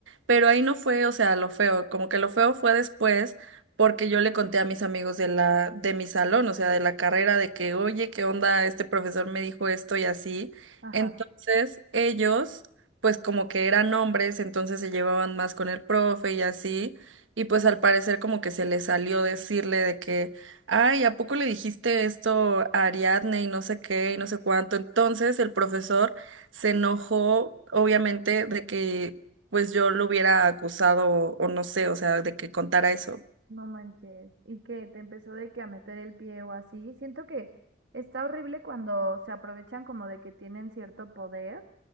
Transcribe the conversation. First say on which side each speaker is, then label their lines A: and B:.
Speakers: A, on the right; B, on the right.
A: Pero ahí no fue, o sea, lo feo, como que lo feo fue después porque yo le conté a mis amigos de la de mi salón, o sea, de la carrera de que, "Oye, ¿qué onda? Este profesor me dijo esto y así."
B: Ajá,
A: Entonces, ellos pues como que eran hombres, entonces se llevaban más con el profe y así, y pues al parecer como que se les salió decirle de que ay, ¿a poco le dijiste esto a Ariadne y no sé qué y no sé cuánto? Entonces el profesor se enojó, obviamente, de que pues yo lo hubiera acusado o no sé, o sea, de que contara eso.
B: no manches. Y que te empezó de que a meter el pie o así. Siento que está horrible cuando se aprovechan como de que tienen cierto poder